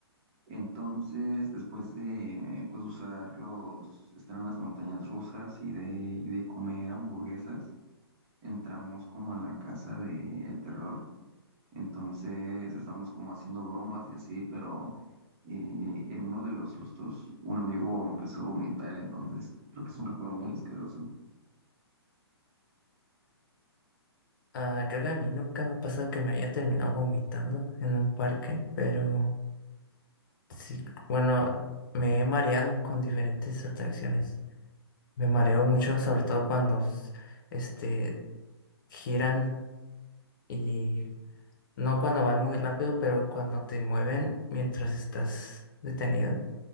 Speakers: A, on the right; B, on the left.
A: Entonces, después de pues usar los, estar en las montañas rusas y de, y de comer hamburguesas, entramos como en la casa del terror. Entonces estábamos como haciendo bromas y así, pero eh, en uno de los sustos un amigo empezó a vomitar, entonces creo que es un recuerdo muy asqueroso.
B: Ah, creo que a mí nunca me ha pasado que me haya terminado vomitando en un parque, pero Sí, bueno, me he mareado con diferentes atracciones. Me mareo mucho, sobre todo cuando s- este giran y no cuando van muy rápido, pero cuando te mueven mientras estás detenido,